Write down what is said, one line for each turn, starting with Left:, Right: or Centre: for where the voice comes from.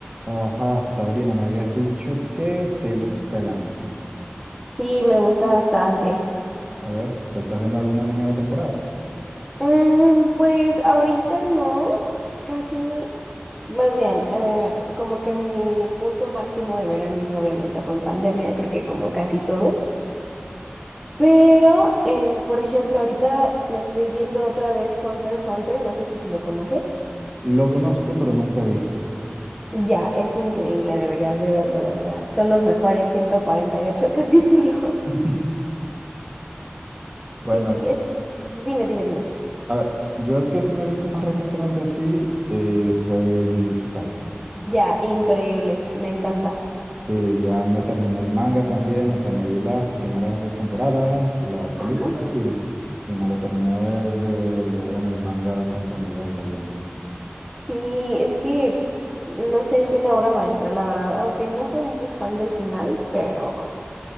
Right: Ajá, Sabrina, me habías dicho que te gusta el anime.
Centre: Sí, me gusta bastante.
Right: A ver, ¿te estás viendo algún anime de temporada?
Centre: Mm, pues ahorita no, casi, más bien, eh, como que mi punto máximo de ver anime obviamente fue en pandemia, creo que como casi todos. Pero, eh, por ejemplo, ahorita me estoy viendo otra vez Hunter x Hunter, no sé si lo conoces.
Right: Lo conozco, pero nunca he visto.
Centre: Ya, es increíble, deberías de verlo, de verdad. Son los mejores 148 capítulos. <laughs>
Right: <laughs> Bueno,
Centre: Sí, es... Dime, dime, dime.
Right: a ver, yo el que sí me he visto más recientemente así eh, fue Jujutsu Kaisen.
Centre: Ya, increíble, me encanta.
Right: Sí, ya me terminé el manga también, o sea, me vi las primeras dos temporadas, la película
Centre: Ajá.
Right: y, y me lo terminé de leer en el manga conforme iban saliendo.
Centre: Sí, es que, no sé, es una obra maestra, la verdad, aunque no fui muy fan del final, pero,